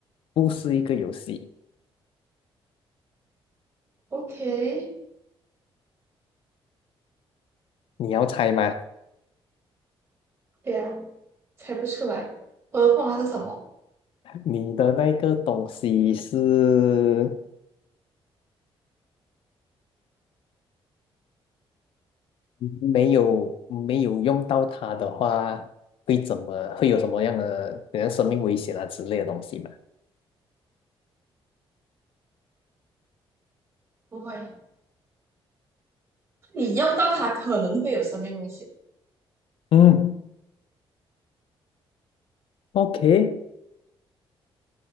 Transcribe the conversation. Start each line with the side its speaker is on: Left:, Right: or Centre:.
Left: 不是一个游戏，
Right: ，OK，
Left: 你要猜吗？
Right: 对啊，猜不出来。我的凤凰是什么？
Left: 你的那个东西是没有没有用到它的话，会怎么会有什么样的，比如生命危险啊之类的东西吗？
Right: 不会，你用到它可能会有生命危险。
Left: 嗯，OK，